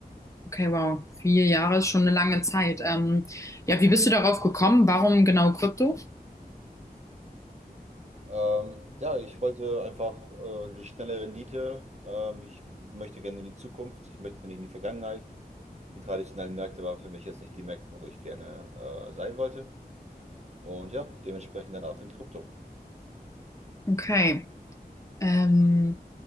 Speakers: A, on the left (about 20°); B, on the right (about 45°).
A: Okay, wow, vier Jahre ist schon eine lange Zeit. Ähm, ja, wie bist du darauf gekommen? Warum genau Krypto?
B: Ähm, ja, ich wollte einfach äh, die schnelle Rendite. Ähm, ich möchte gerne in die Zukunft. Ich möchte nicht in die Vergangenheit. Die traditionellen Märkte waren für mich jetzt nicht die Märkte, wo ich gerne äh, sein wollte. Und ja, dementsprechend dann ab in Krypto.
A: Okay. Ähm,